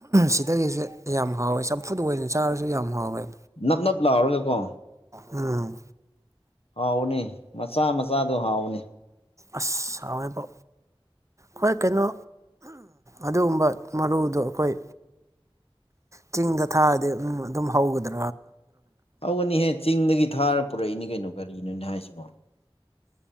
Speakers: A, on the right; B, on the left.
A: ꯁꯤꯗꯒꯤꯁꯦ ꯌꯥꯝ ꯍꯥꯎꯋꯦ ꯆꯝꯐꯨꯠ ꯑꯣꯏꯅ ꯆꯥꯔꯁꯨ ꯌꯥꯝ ꯍꯥꯎꯋꯦꯕ
B: ꯅꯞ ꯅꯞ ꯂꯥꯎꯔꯒ ꯀꯣ
A: ꯎꯝ
B: ꯍꯥꯎꯅꯤ ꯃꯆꯥ ꯃꯆꯥꯗꯣ ꯍꯥꯎꯅꯤ
A: ꯑꯁ ꯌꯥꯋꯦꯕ ꯈ꯭ꯏ ꯀꯩꯅꯣ ꯑꯗꯨꯒꯨꯝꯕ ꯃꯔꯨꯗꯣ ꯑꯩꯈꯣꯏ ꯆꯤꯡꯗ ꯊꯥꯔꯗꯤ ꯑꯗꯨꯝ ꯍꯧꯒꯗꯕ
B: ꯍꯧꯒꯅꯤꯍꯦ ꯆꯤꯡꯗꯒꯤ ꯊꯥꯔ ꯄꯨꯔꯛꯏꯅꯤ ꯀꯩꯅꯣ ꯀꯔꯤꯅꯣꯅꯦ ꯍꯥꯏꯁꯤꯕꯣ